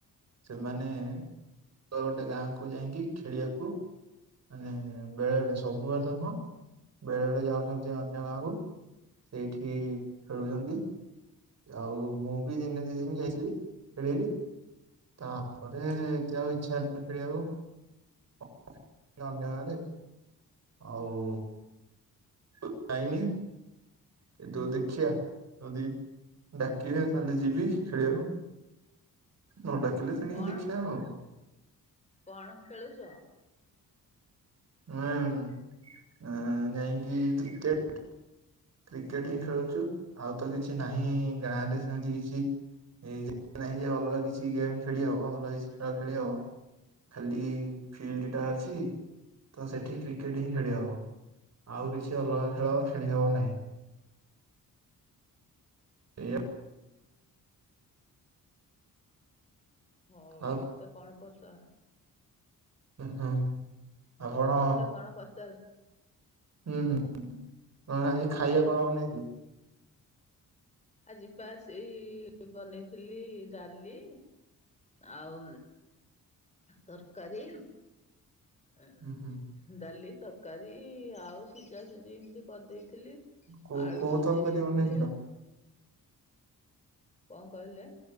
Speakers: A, on the right; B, on the left.
A: ସେମାନେ ଅଲଗା ଗୋଟେ ଗାଁ କୁ ଯାଇକି ଖେଳିବାକୁ। ମାନେ ବେଳେ ବଳେ ସବୁବେଳେ ତ ନୁହଁ ବେଳେ ବେଳେ ଯାଉଛନ୍ତି ଅନ୍ୟ ଗାଁକୁ। ସେଇଠି ଖେଳୁଛନ୍ତି। ଆଉ ମୁଁ ବି ଦିନେ ଦି ଦିନି ଯାଇଥିଲି ଖେଳିଲି। ତାପରେ ଏତେ ଆଉ ଇଛା ହେଲାନି ଖେଳିବାକୁ। ଅନ୍ୟ ଗାଁ ରେ। ଆଉ ଜାଇନି। କିନ୍ତୁ ଦେଖିବା ଯଦି ଡାକିବେ ତାହେଲେ ଯିବି ଖେଳିବାକୁ। ନ ଡାକିଲେ ତେଣିକି
B: କଣ
A: ଦେଖିଆ ଆଉ।
B: କଣ ଖେଳୁଚ?
A: ଆଁ ନାଁ ଯାଇକି କ୍ରିକେଟ୍ କ୍ରିକେଟ ହିଁ ଖେଳୁଚୁ ଆଉ ତ କିଛି ନାହିଁ ଗାଁରେ ସେମିତି କିଛି ଏଇ ଯେ ନାହିଁ ଯେ ଅଲଗା କିଛି ଗେମ୍ ଖେଳି ହବ ଭଲ କିଛି ଖେଳ ଖେଳି ହବ। ଖାଲି ଫିଲ୍ଡଟା ଅଛି ତ ସେଠି କ୍ରିକେଟ ହିଁ ଖେଳି ହବ। ଆଉ କିଛି ଅଲଗା ଖେଳ ଖେଳି ହବ ନାହିଁ। ଏଇଆ
B: ହଉ
A: ଆଉ
B: ମତେ କଣ ପଚା
A: ହଁ ଆପଣ ଉଁ
B: ମତେ କଣ ପଚାର?
A: ହୁଁ। ହୁଁ କଣ ଆଜି ଖାଇବା କଣ ବନେଇଥିଲ?
B: ଆଜି ପା ସେଇ ବନେଇଥିଲି ଡାଲି ଆଉ ତରକାରୀ ଏଁ
A: ଉଁ ହୁଁ
B: ଡାଲି ତରକାରୀ ଆଉ ସିଜା ସୁଜି ଏମିତି କରିଦେଇ ଥିଲି
A: କୋଉ
B: ଆଳୁ
A: କୋଉ
B: ସିଜେଇ
A: ତରକାରୀ
B: ଦେଇଥିଲି।
A: ବନେଇଥିଲ?
B: କଁ କହିଲେ?